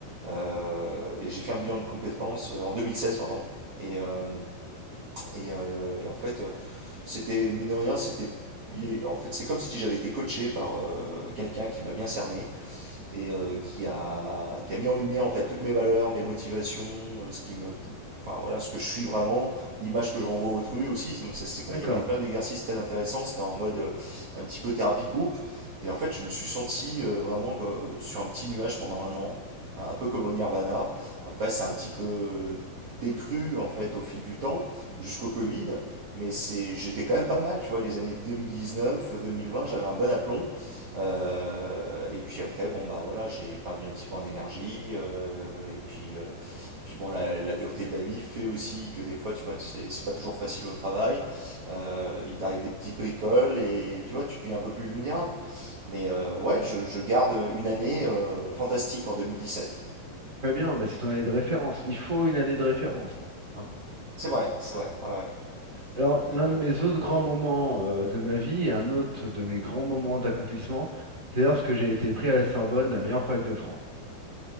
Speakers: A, on the right; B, on the right.
A: Euh, et j'ai fait un bilan de compétences euh, en 2016, pardon. Et, euh, et, euh, et en fait, euh, c'était, mine de rien, c'était. En fait, c'est comme si j'avais été coaché par euh, quelqu'un qui m'a bien cerné et euh, qui, a, qui a mis en lumière en fait toutes mes valeurs, mes motivations, euh, ce qui me, enfin voilà, ce que je suis vraiment, l'image que je renvoie à autrui aussi. Donc ça, c'était,
B: D'accord.
A: il y avait plein d'exercices très intéressants. C'était en mode euh, un petit peu thérapie de groupe. Et en fait,
B: Ok.
A: je me suis senti euh, vraiment euh, sur un petit nuage pendant un an, euh, un peu comme au Nirvana. Après, c'est un petit peu euh, décru en fait au fil du temps, jusqu'au Covid. Mais c'est, j'étais quand même pas mal, tu vois, les années 2019, 2020, j'avais un bon aplomb. Euh, et puis après, bon bah voilà, j'ai perdu un petit peu en énergie. euh, et puis, euh, puis bon, la, la dureté de la vie fait aussi que des fois, tu vois, c'est c'est pas toujours facile au travail. Euh, il t'arrive des petites bricoles et tu vois, tu deviens un peu plus vulnérable. Mais euh, ouais, je, je garde une année euh, fantastique en deux mille dix sept
B: Très bien, bah, c'est ton année de référence. Il faut une année de référence. hein.
A: C'est vrai, c'est vrai, ouais, ouais.
B: Alors, l'un
A: Et euh,
B: de mes autres grands moments euh, de ma vie, un autre de mes grands moments d'accomplissement, c'est lorsque j'ai été pris à la Sorbonne,
A: mhm,
B: la meilleure fac de France.